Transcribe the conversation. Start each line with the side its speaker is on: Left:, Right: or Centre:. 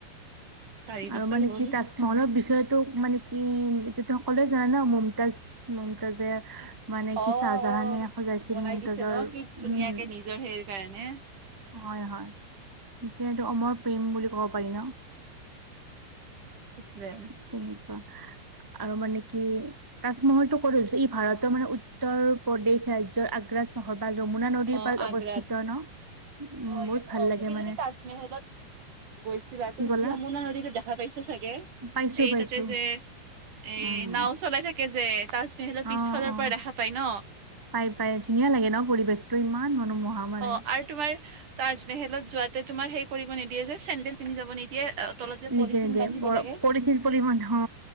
Right: চাৰি বছৰ
Centre: আৰু মানে
Right: হ'ল।
Centre: কি তাজ মলৰ বিষয়তো মানে কি তো সকলোৱে জানা ন মমতাজ মমতাজে মানে
Right: অ',
Centre: কি চাহজাহানে
Right: অ',
Centre: সজাইছিল
Right: বনাই
Centre: মুমতাজৰ,
Right: দিছে ন কি ধুনীয়াকে
Centre: উম।
Right: নিজৰ সেই কাৰণে।
Centre: হয়, হয়। এতিয়া এইটো অমৰ প্ৰেম বুলি কব পাৰি ন।
Right: <unintelligible>
Centre: তেনেকুৱা আৰু মানে কি তাৰ মহৰটো কৰিছো ই ভাৰতৰ মানে উত্তৰ প্ৰদেশ ৰাজ্যৰ আগ্ৰা চহৰ বা যমুনা নদীৰ
Right: অ',
Centre: পাৰ অৱস্থিত
Right: আগ্ৰাত
Centre: ন, উম
Right: অ',
Centre: বহুত ভাল
Right: অ',
Centre: লাগে
Right: তুমি
Centre: মানে।
Right: যদি তাজমেহেলত গৈছিলা,
Centre: কি
Right: তুমি
Centre: ক'লা
Right: ইয়মুনা নদীতো দেখা পাইছা চাগে?
Centre: পাইছো
Right: এই
Centre: পাইছো
Right: তাতে যে,
Centre: উম
Right: এই নাও চলাই থাকে যে যে তাজমেহেলৰ পিছফালৰ
Centre: অ অ
Right: পৰা দেখা পাই ন।
Centre: পাই পাই ধুনীয়া লাগে ন পৰিবেশটো ইমান মনোমোহা মানে
Right: অ আৰু তোমাৰ তাজমেহলত যোৱাতে তোমাৰ সেই কৰিব নিদিয়ে যে চেণ্ডেল পিন্ধি যাব নিদিয়ে অ তলত যে
Centre: নিজে
Right: পলিথিন
Centre: নিজেৰ
Right: বান্ধিব লাগে
Centre: পৰিচি পৰি ম আ